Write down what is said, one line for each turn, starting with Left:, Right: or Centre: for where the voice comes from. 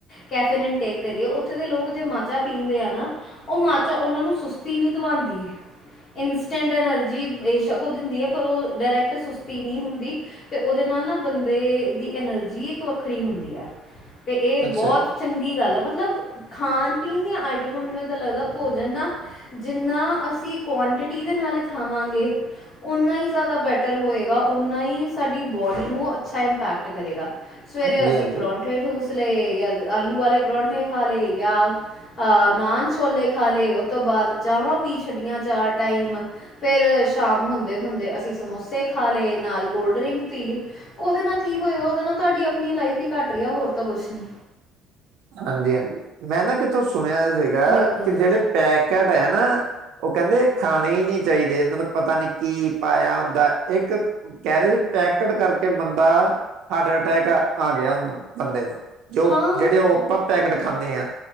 Left: ਕੈਫੇ ਟੇਕ ਕਰੀਏ ਉੱਥੇ ਦੇ ਲੋਕ ਜੇ ਮਜੇਹ ਪੀਂਦੇ ਆ ਨਾ। ਉਹ ਮਾਜਾਂ ਉਹਨਾਂ ਨੂੰ ਸੁਸਤੀ ਨਹੀਂ ਦਿਵਾਉਂਦੀ। ਇੰਸਟੈਂਟ ਐਨਰਜੀ ਬੇਸ਼ੱਕ ਉਹ ਦਿੰਦੀ ਹੈ, ਪਰ ਉਹ ਡਾਇਰੈਕਟ ਸੁਸਤੀ ਨਹੀਂ ਹੁੰਦੀ। ਤੇ ਉਹਦੇ ਨਾਲ ਨਾ ਬੰਦੇ ਦੀ ਐਨਰਜੀ ਇੱਕ ਵੱਖਰੀ ਹੁੰਦੀ ਹੈ ਤੇ ਇਹ
Right: ਅੱਛਾ
Left: ਬਹੁਤ।
Right: ਜੀ
Left: ਚੰਗੀ ਗੱਲ ਆ ਮਤਲਬ ਖਾਣ ਪੀਣ ਦੀਆਂ ਆਈਟਮਾਂ ਮੈਨੂੰ ਏਦਾਂ ਲੱਗਦਾ ਭੋਜਨ ਨਾ। ਜਿੰਨਾ ਅਸੀਂ ਕੁਆਂਟਿਟੀ ਦੇ ਨਾਲ ਖਾਵਾਂਗੇ, ਓਨਾ ਹੀ। ਜ਼ਿਆਦਾ ਬੈਟਰ ਹੋਏਗਾ ਓਨਾ ਹੀ, ਸਾਡੀ ਬੋਡੀ ਨੂੰ ਅੱਛਾ ਇੰਪੈਕਟ ਕਰੇਗਾ। ਸਵੇਰੇ
Right: ਹਾਂਜੀ,
Left: ਅਸੀਂ
Right: ਹਾਂਜੀ
Left: ਪਰੌਂਠੇ ਠੂਸ ਲਏ ਜਾਂ, ਆਲੂ ਵਾਲੇ ਪਰੌਂਠੇ ਖਾ ਲਏ ਜਾਂ। ਆਹ ਨਾਨ ਛੋਲੇ ਖਾ ਲਏ, ਉਹ ਤੋਂ ਬਾਅਦ ਚਾਵਾਂ ਪੀ ਛੱਡੀਆਂ ਚਾਰ ਟਾਈਮ। ਫੇਿਰ ਸ਼ਾਮ ਹੁੰਦੇ ਹੁੰਦੇ ਅਸੀਂ ਸਮੋਸੇ ਖਾ, ਲਏ ਨਾਲ ਕੋਲਡ ਡਰਿੰਕ ਪੀ ਲਈ। ਉਹਦੇ ਨਾਲ ਕੀ ਹੋਏਆ, ਉਹਦੇ ਨਾਲ ਤੁਹਾਡੀ ਆਪਣੀ ਲਾਈਫ ਹੀ ਘੱਟ ਰਿਹੀ ਹੋਰ ਤਾਂ ਕੁਛ ਨੀ।
Right: ਹਾਂਜੀ ਹਾਂਜੀ ਮੈਂ ਨਾ ਕਿਥੋਂ ਸੁਣਿਆ ਸੀਗਾ
Left: ਬਿਲਕੁਲ
Right: ਕਿ, ਜਿਹੜੇ ਪੈਕੇਟ ਹੈ ਨਾ। ਉਹ ਕਹਿੰਦੇ ਖਾਣੇ ਹੀ ਨਹੀਂੀ ਚਾਹੀਦੇ ਇਹਨਾਂ, ਦਾ ਪਤਾ ਨੀ ਕੀ ਪਾਇਆ ਹੁੰਦਾ ਇੱਕ। ਕਹਿਰੇ ਪੈਕਟ ਕਰਕੇ ਬੰਦਾ ਹਾਰਟ ਅਟੈਕ ਆ ਗਿਆ ਉਹਨੂੰ ਬੰਦੇ ਨੂੰ। ਜੋ
Left: ਹਾਂ
Right: ਜਿਹੜੇ ਉਹ। ਆਪਾਂ ਪੈਕੇਟ ਖਾਂਦੇ ਹਾਂ